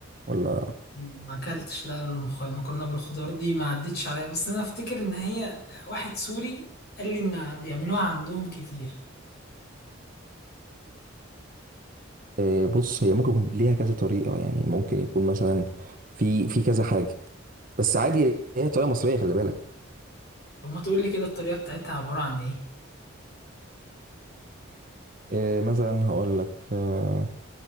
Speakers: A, on the right (about 40°); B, on the left (about 50°).
A: ولا
B: ما أكلتش لا المخ- المكرونة بالخضار دي ما عدتش عليا بس أنا أفتكر إن هي واحد سوري قال لي إن بيعملوها عندهم كتير
A: آه، بص هي ممكن يكون ليها كذا طريقة يعني ممكن يكون مثلا في في كذا حاجة بس عادي هي طريقة مصرية خلي بالك
B: طب ما تقولي كده الطريقة بتاعتها عبارة عن ايه؟
A: إيه مثلا هقول لك آه،